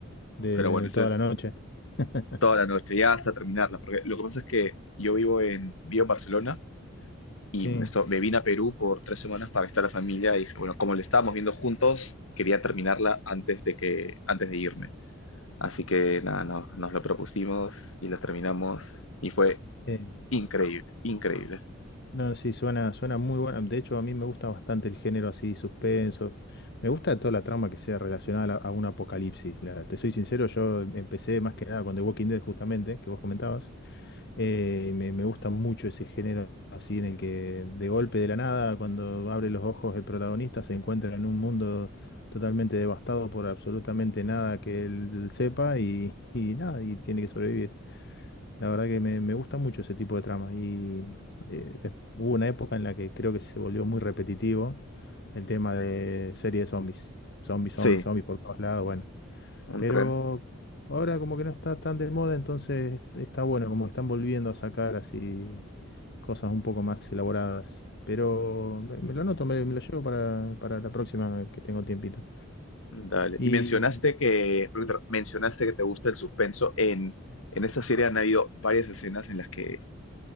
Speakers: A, on the left; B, on the left.
A: de,
B: Pero bueno,
A: de
B: eso
A: toda
B: es
A: la noche. <laughs>
B: toda la noche, ya hasta terminarla, porque lo que pasa es que yo vivo en, vivo en Barcelona y
A: Sí,
B: me, esto- me vine a Perú por tres semanas para estar la familia y dije, bueno, como la estábamos viendo juntos, quería terminarla antes de que, antes de irme. Así que nada, no- nos lo propusimos y lo terminamos y fue
A: eh,
B: increíble, increíble.
A: no, sí, suena, suena muy buena. De hecho, a mí me gusta bastante el género así, suspenso. Me gusta toda la trama que sea relacionada a, la- a un apocalipsis. La- te soy sincero, yo em- empecé más que nada con The Walking Dead, justamente, que vos comentabas. Eh, y me, me gusta mucho ese género así en el que de golpe de la nada, cuando abre los ojos el protagonista, se encuentra en un mundo totalmente devastado por absolutamente nada que él sepa y, y nada, y tiene que sobrevivir. La verdad que me, me gusta mucho ese tipo de trama. Y eh, de- hubo una época en la que creo que se volvió muy repetitivo el tema de serie de zombies. Zombies,
B: Sí.
A: zombies, zombies por todos lados, bueno. Pero
B: Un tren.
A: ahora como que no está tan de moda, entonces est- está bueno, como que están volviendo a sacar así cosas un poco más elaboradas. Pero me, me lo anoto, me, me lo llevo para, para la próxima que tengo tiempito.
B: Dale.
A: Y
B: Y mencionaste que, Ruiter, mencionaste que te gusta el suspenso. En, en esta serie han habido varias escenas en las que